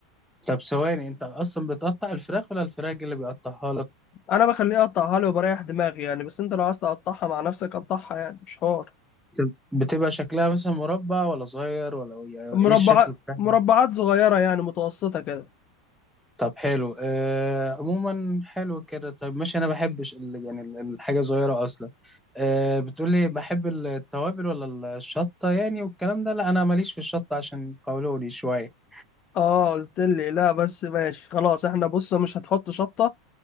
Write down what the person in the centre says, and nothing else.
طب ثواني انت اصلا بتقطع الفراخ ولا الفراخ اللي بيقطعها لك
بت- بتبقى شكلها مثلا مربع ولا صغير ولا يعني
ايه الشكل بتاعها؟
طب حلو آه عموما حلو كده طيب ماشي انا بحبش ال- يعني ال- الحاجه صغيره اصلا آه بتقولي بحب ال- التوابل ولا ال- الشطه يعني والكلام ده لا انا ماليش في الشطه عشان قولولي شويه